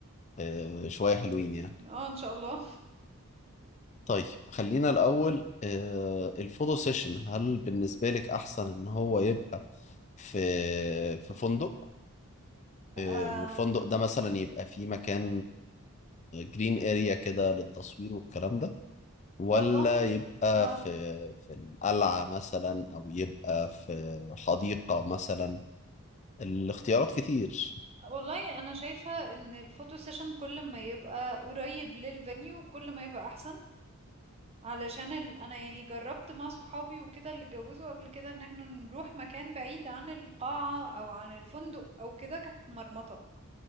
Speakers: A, on the left; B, on the right.
A: آه، شوية حلوين يعني
B: اه آه، ان شاء الله
A: طيب خلينا الأول آه، الفوتو سيشن هل بالنسبة لك أحسن إن هو يبقى في في فندق
B: أم
A: آه، والفندق ده مثلا يبقى فيه مكان جرين اريا كده للتصوير والكلام ده ولا
B: والله
A: يبقى
B: اه
A: في في القلعة مثلا أو يبقى في حديقة مثلا الاختيارات كتير
B: والله انا شايفة ان الفوتو سيشن كل ما يبقى قريب للفانيو كل ما يبقى احسن علشان ال... انا يعني جربت مع صحابي وكده اللي اتجوزوا قبل كده ان احنا نروح مكان بعيد عن القاعة او عن الفندق او كده كانت مرمطة